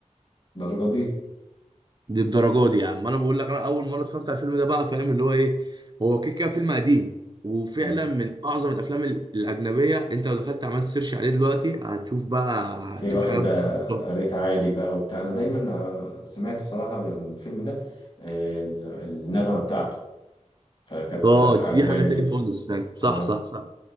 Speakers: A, on the left; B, on the right.
A: الدرجة دي
B: دي الدرجه دي يا عم انا بقول لك انا اول مره اتفرجت على الفيلم ده بقى فاهم اللي هو ايه هو كده كده فيلم قديم وفعلا
A: آه.
B: من اعظم الافلام ال- الاجنبيه انت لو دخلت عملت سيرش عليه دلوقتي هتشوف بقى
A: تلاقيه
B: هتشوف
A: واخد
B: حاجات
A: آه،
B: بقى.
A: ريت عالي بقى وبتاع أنا دايما آه، سمعت بصراحة الفيلم ده آه، ال- النغمة بتاعته فكانت
B: اه
A: آه،
B: دي,
A: عجباني
B: دي حاجه تاني
A: جدا
B: خالص فعلا صح
A: اه
B: صح صح